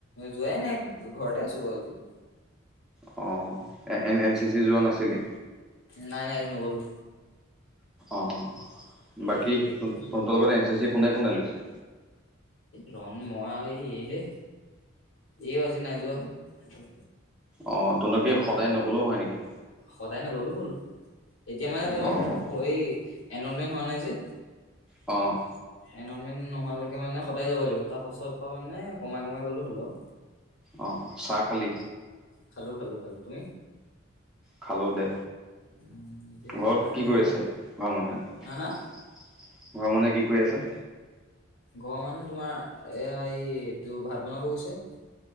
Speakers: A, on the left; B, in the centre.
A: যোৱাই নাই ঘৰতে আছো বাৰু আজি।
B: অঁ। এন এন চি চি যোৱা নাছিলি?
A: নাই, নাই আজি নগ'লো।
B: অ' বাকী
A: এই এইটো
B: তহঁতৰ লগত এন চি চি কোনে কোনে লৈছে?
A: ৰন, মই আৰু এইহে, এইও আজি নাই যোৱা।
B: অঁ তহঁতৰ কি সদায় নগ'লেও হয় নেকি?
A: সদায় নগ'লেও হ'ল এতিয়া মানে তোমাৰ
B: অ',
A: এই এনমেণ্ট হোৱা নাই যে
B: অ'
A: এনমেণ্ট নোহোৱালৈকে মানে সদায় যাব লাগিব তাৰ পাছৰ পৰা মানে কমাই কমাই গ'লেও হ'ল আৰু
B: অ', চাহ খালি?
A: খালো খালো খালো তুমি
B: খালো দে
A: উম, এতিয়া
B: ঘৰত
A: তোমাৰ
B: কি
A: এই
B: কৰি আছে ঘৰৰ মানুহে
A: হা
B: ঘৰৰ
A: হা
B: মানুহে কি কৰি আছে
A: ঘৰৰ মানুহে তোমাৰ এয়া এইটো ভাত বনাব গৈছে